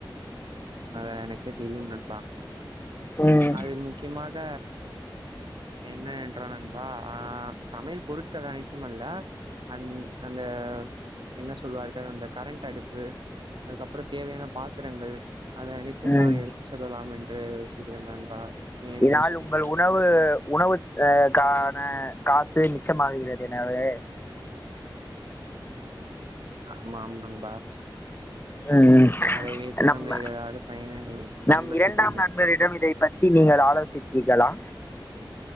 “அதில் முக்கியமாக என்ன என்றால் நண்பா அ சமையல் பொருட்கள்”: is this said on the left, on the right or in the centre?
Right